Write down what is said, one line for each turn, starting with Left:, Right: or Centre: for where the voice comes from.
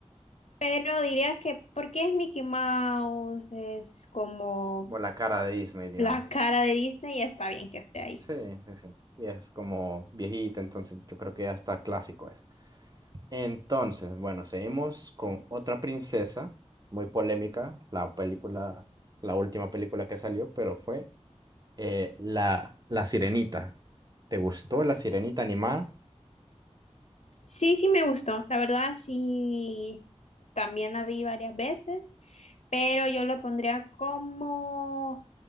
Left: pero diría que porque es Mickey Mouse, es como
Right: Como la cara de Disney, digamos.
Left: la cara de Disney y está bien que esté ahí.
Right: Sí, sí, sí. Y es como viejita, entonces yo creo que ya está clásico es. Entonces, bueno, seguimos con otra princesa, muy polémica, la película, la última película que salió, pero fue eh, la, la Sirenita. ¿Te gustó la Sirenita animada?
Left: Sí, sí me gustó, la verdad sí, también la vi varias veces, pero yo lo pondría como,